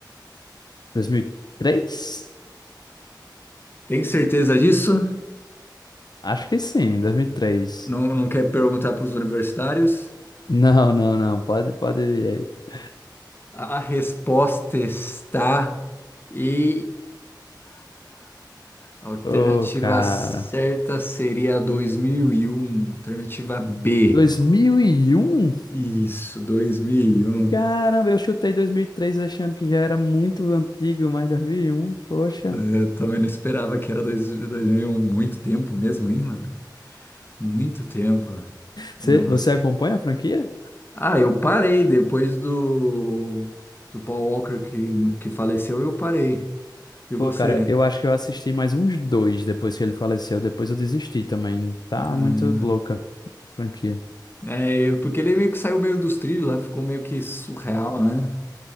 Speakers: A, on the left; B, on the left.
A: 2003?
B: Tem certeza disso?
A: Acho que sim, 2003.
B: Não, não quer perguntar para os universitários?
A: Não, não, não, pode, pode ir aí.
B: A resposta está errada. A alternativa
A: Ô, cara.
B: certa seria 2001. Alternativa B.
A: 2001?
B: Isso, 2001.
A: Caramba, eu chutei 2003 achando que já era muito antigo, mas 2001, poxa.
B: Eu também não esperava que era dois- 2001. Muito tempo mesmo, hein, mano? Muito tempo. Não.
A: Você, você acompanha a franquia?
B: Ah, eu parei depois do, do Paul Walker que, que faleceu, eu parei. E você?
A: Pô, cara, eu acho que eu assisti mais uns dois depois que ele faleceu. Depois eu desisti também. Tá
B: Ah,
A: muito louca a franquia.
B: é, eu- porque ele meio que saiu meio dos trilhos lá, ficou meio que surreal, né?